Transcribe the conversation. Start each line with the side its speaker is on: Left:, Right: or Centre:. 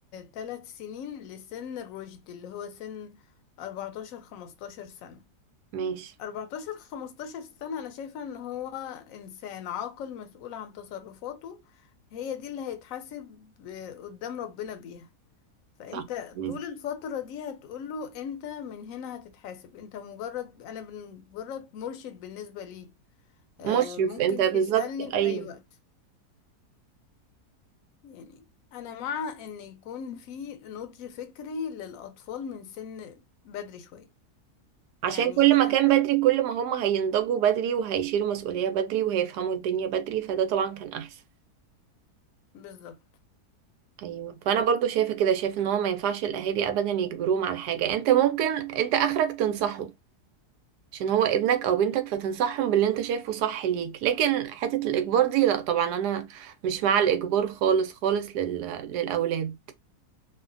Left: ثلاث سنين لسن الرشد اللي هو سن 14 15 سنة
Right: ماشي
Left: 14 15 سنة انا شايفة ان هو انسان عاقل مسؤول عن تصرفاته هي دي اللي هيتحاسب آه، قدام ربنا بيها فانت
Right: صح ماشي.
Left: طول الفترة دي هتقوله انت من هنا هتتحاسب انت مجرد انا مجرد مرشد بالنسبة ليك آه،
Right: مشرف
Left: ممكن
Right: انت بالظبط
Left: تسألني
Right: ايوه
Left: في أي وقت يعني أنا مع إن يكون في نضج فكري للأطفال من سن بدري شوية
Right: عشان
Left: يعني
Right: كل ما كان
Left: أنت
Right: بدري كل ما هم هينضجوا بدري وهيشيلوا مسؤولية بدري وهيفهموا الدنيا بدري فده طبعا كان احسن
Left: بالظبط
Right: ايوه فانا برضو شايفة كده شايفة ان هو ما ينفعش الاهالي ابدا يجبروهم على حاجة انت ممكن انت اخرك تنصحه عشان هو ابنك او بنتك فتنصحهم باللي انت شايفه صح ليك لكن حتة الاجبار دي لا طبعا انا مش مع الاجبار خالص خالص لل... للاولاد